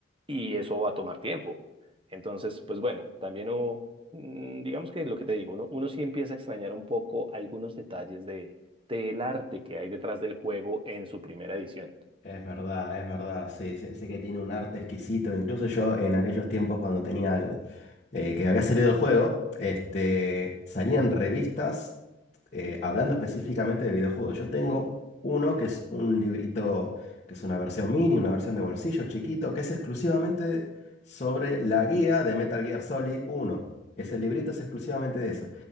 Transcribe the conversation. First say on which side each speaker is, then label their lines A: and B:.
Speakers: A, on the right (about 30°); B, on the left (about 35°).
A: y eso va a tomar tiempo. Entonces, pues bueno, también hubo, mm, digamos que lo que te digo, uno, uno sí empieza a extrañar un poco algunos detalles de, del arte que hay detrás del juego en su primera edición.
B: Es verdad, es verdad, sí, sí, sí que tiene un arte exquisito. Incluso yo en aquellos tiempos cuando tenía el, eh, que había salido el juego, este, salían revistas eh, hablando específicamente de videojuegos. Yo tengo uno que es un librito, que es una versión mini, una versión de bolsillo chiquito, que es exclusivamente sobre la guía de Metal Gear Solid 1. Ese librito es exclusivamente de eso.